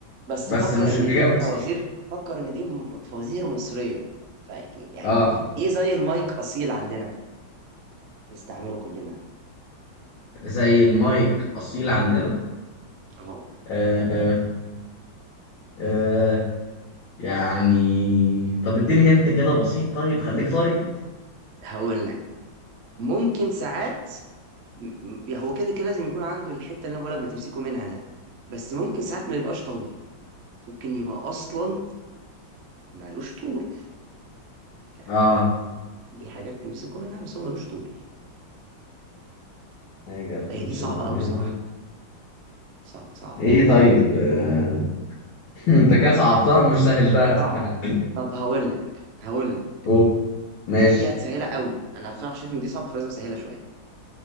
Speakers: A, on the right; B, on the left.
A: بس
B: بس
A: فكر
B: مش
A: ان
B: الإجابة
A: دي فوازير
B: صح
A: فكر ان دي م- فوازير مصريه فيعني
B: اه
A: ايه زي المايك اصيل عندنا نستعمله كلنا
B: زي المايك اصيل عندنا
A: اه
B: آه آه يعني طب اديني هنت كده بسيط طيب خليك طيب
A: هقول لك ممكن ساعات م- م- هو كده كده لازم يكون عنده الحته اللي انا بقولك بتمسكه منها ده بس ممكن ساعات ما يبقاش طويل ممكن يبقى اصلا مالوش طول يعني
B: اه
A: دي حاجات تمسكه منها بس هو مالوش طول
B: حاجة بتمسكهم
A: هي دي صعبه قوي
B: هنا
A: بصراحه صعبه
B: <laughs>
A: صعبه
B: ايه طيب آه. <laughs> انت كده صعبتها مش سهلتها
A: صعب
B: <laughs>
A: طب هقول لك هقول لك
B: قول. ماشي
A: دي دي هتسهلها قوي انا بصراحه شايف ان دي صعبه فلازم اسهلها شويه